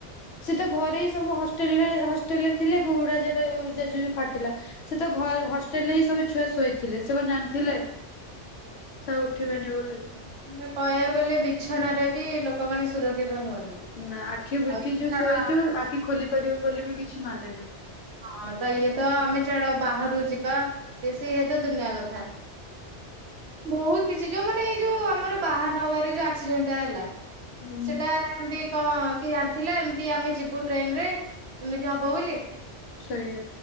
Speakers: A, on the left (about 70°); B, on the right (about 65°).
A: ସେ ତ ଘରେ ହି ସବୁ ହଷ୍ଟେଲରେ ହଷ୍ଟେଲ ରେ ଥିଲେ ଗୁଡା ଜାହାଜ ଜା ଫାଟିଲା ସେ ତ ଘ ହଷ୍ଟେଲ ରେ ସବୁ ଛୁଆ ଶୋଇ ଥିଲେ ସେ କଣ ଜାଣିଥିଲେ ସେ ଆଉ ଉଠିବେନି ବୋଲି।
B: ଆମେ କହିବାକୁ ଗଲେ ବିଛଣାରେ ବି ଲୋକମାନେ ସୁରକ୍ଷିତ ନୁହନ୍ତି।
A: ନା ଆଖି ବୁଜିଛୁ
B: ଆଉ ଛାଡ
A: ଶୋଇଛୁ
B: ଆମେ
A: ଆଖି ଖୋଲି ପାରିବୁ ବୋଲି ବି କିଛି ମାନେ ନାହିଁ।
B: ହଁ ତ ଇଏ ତ ଆମେ ଛାଡ ବାହାରୁ ଯିବା ବେଶୀ ଇଏ ତ ଦୁନିଆ କଥା। ବହୁତ କିଛି ଯୋଉ ମାନେ ଏଇ ଯୋଉ ଆମର ବାହାନଗାରେ ଯଉ ଆକ୍ସିଡେଣ୍ଟଟା ହେଲା।
A: ହୁଁ।
B: ସେଟା ଏମିତି କଣ କି ଜାଣିଥିଲେ ଏମିତି ଆମେ ଯିବୁ ଟ୍ରେନ୍ ରେ ଏମିତି ହବ ବୋଲି।
A: ସେଇଆ।